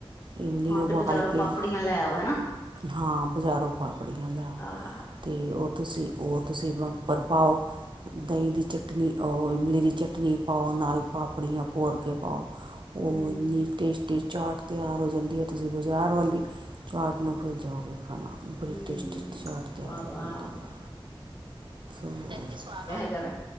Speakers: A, on the right (about 55°); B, on the left (about 30°).
A: ਇਮਲੀ
B: ਹਾਂ
A: ਉਬਾਲ
B: ਤੇ ਬਜ਼ਾਰੋਂ
A: ਕੇ
B: ਪਾਪੜੀਆਂ ਲੈ ਆਓ, ਹਨਾ।
A: ਹਾਂ ਬਜ਼ਾਰੋਂ ਪਾਪੜੀਆਂ ਲੇ ਆਓ।
B: ਆਹ
A: ਤੇ ਉਹ ਤੁਸੀਂ- ਉਹ ਤੁਸੀਂ ਵ ਉਪਰ ਪਾਓ। ਦਹੀਂ ਦੀ ਚਟਨੀ ਆਓ ਇਮਲੀ ਦੀ ਚਟਨੀ ਪਾਓ ਨਾਲ ਪਾਪੜੀਆਂ ਭੋਰ ਕੇ ਪਾਓ।
B: ਹਮ
A: ਉਹ ਇੰਨੀ ਟੇਸਟ, <unintelligible> ਚਾਟ ਤਿਆਰ ਹੋ ਜਾਂਦੀ ਹੈ ਤੁਸੀਂ ਬਾਜ਼ਾਰ ਵਾਲੀ ਚਾਟ ਨੂੰ ਭੁੱਲ ਜਾਓਗੇ ਖਾਣਾ। ਬੜੀ
B: ਹਮ
A: ਟੇਸਟੀ ਚਾਟ ਤਿਆਰ
B: ਵਾਹ
A: ਹੋ
B: ਵਾਹ
A: ਜਾਂਦੀ ਆ, <unintelligible>
B: <unintelligible> ਹੰ, ਹੰ